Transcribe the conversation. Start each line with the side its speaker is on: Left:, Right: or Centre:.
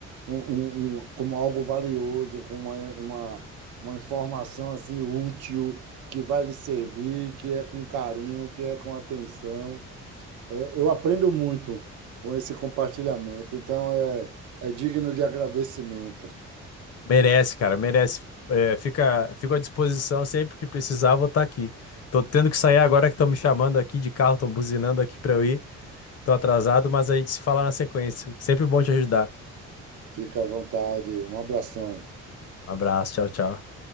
Right: um, um- um- um, como algo valioso, como é uma, uma informação assim útil que vai lhe servir, que é com carinho, que é com atenção. É, eu aprendo muito com esse compartilhamento, então é, é digno de agradecimento.
Left: Merece, cara. Merece. É, fica, fico à disposição sempre que precisar, vou estar aqui. Tô tendo que sair agora que estão me chamando aqui de carro, estão buzinando aqui para eu ir. Tô atrasado, mas a gente se fala na sequência. Sempre bom te ajudar.
Right: Fica à vontade, um abração.
Left: Um abraço, tchau, tchau.